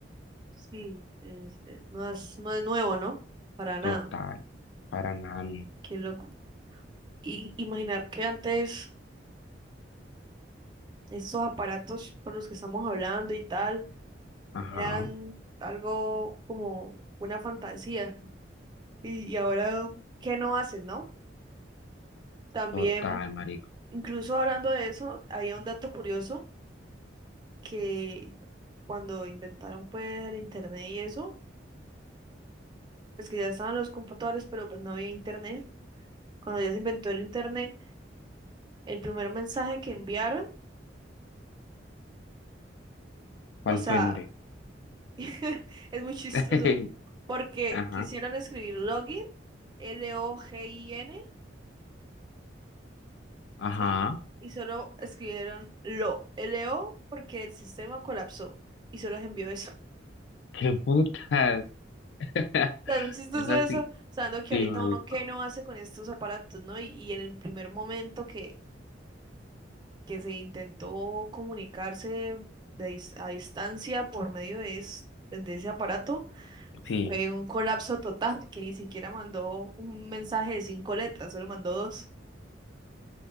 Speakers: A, on the right; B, on the left.
A: sí, es- es- no es, no es nuevo, ¿no? Para nada.
B: Total, para nada, no.
A: Qué loco. Y imaginar que antes estos aparatos por los que estamos hablando y tal
B: Ajá,
A: eran algo como una fantasía. Y, y ahora, ¿qué no hacen, no? También,
B: total, marico.
A: incluso hablando de eso, había un dato curioso que cuando inventaron pues el internet y eso, pues que ya estaban los computadores, pero pues no había internet. Cuando ya se inventó el internet, el primer mensaje que enviaron,
B: ¿Cuál
A: o sea,
B: fue, More?
A: <laughs> Es muy chistoso.
B: <laughs>
A: Porque
B: Ajá,
A: quisieron escribir login, L-O-G-I-N,
B: ajá,
A: ¿sí? Y solo escribieron lo, L-O, porque el sistema colapsó. Y solo les envió eso. <laughs>
B: qué putas. <laughs>
A: O sea, es muy chistoso
B: Eso
A: eso,
B: sí,
A: sabiendo que
B: sí,
A: ahorita
B: marico,
A: uno qué no hace con estos aparatos, ¿no? Y, y en el primer momento que, que se intentó comunicarse de dis- a distancia por medio de, es- de ese aparato,
B: sí.
A: Fue un colapso total, que ni siquiera mandó un mensaje de cinco letras, solo mandó dos.